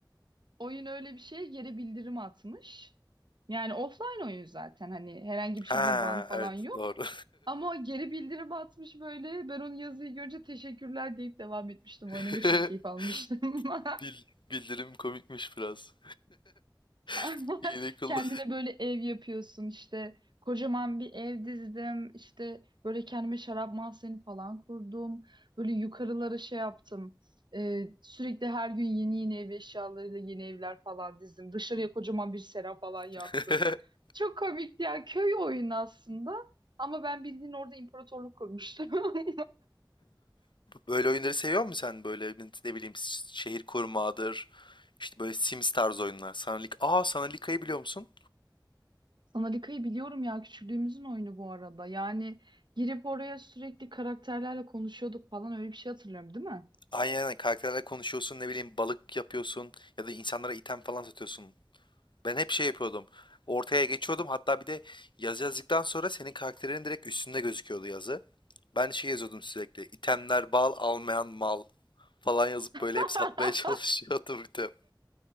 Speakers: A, on the right (about 70°); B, on the left (about 90°).
A: Oyun öyle bir şey yere bildirim atmış. Yani offline oyun zaten hani herhangi bir şekilde
B: Ha,
A: ban falan
B: evet
A: yok.
B: doğru.
A: Ama o geri bildirim atmış böyle. Ben onu yazıyı görünce teşekkürler deyip devam etmiştim.
B: <laughs>
A: Oynamaya çok keyif almıştım. <laughs>
B: Bil- bildirim komikmiş biraz.
A: <laughs>
B: <laughs> Hile kullan.
A: Kendine böyle ev yapıyorsun işte. Kocaman bir ev dizdim. İşte böyle kendime şarap mahzeni falan kurdum. Böyle yukarılara şey yaptım. Ee, sürekli her gün yeni yeni ev eşyalarıyla yeni evler falan dizdim. Dışarıya kocaman bir sera falan yaptım.
B: <laughs>
A: Çok komikti ya. Köy oyunu aslında. Ama ben bildiğin orada imparatorluk kurmuştum. <laughs>
B: Böyle oyunları seviyor musun sen? Böyle ne bileyim şehir kurmadır. İşte böyle Sims tarzı oyunlar. Sanalik. Aa Sanalika'yı biliyor musun?
A: Sanarika'yı biliyorum ya küçüklüğümüzün oyunu bu arada. Yani girip oraya sürekli karakterlerle konuşuyorduk falan öyle bir şey hatırlıyorum değil mi?
B: Aynen aynen. karakterlerle konuşuyorsun ne bileyim balık yapıyorsun ya da insanlara item falan satıyorsun. Ben hep şey yapıyordum. Ortaya geçiyordum hatta bir de yazı yazdıktan sonra senin karakterinin direkt üstünde gözüküyordu yazı. Ben şey yazıyordum sürekli itemler bal almayan mal falan yazıp böyle
A: <laughs>
B: hep satmaya <laughs> çalışıyordum item.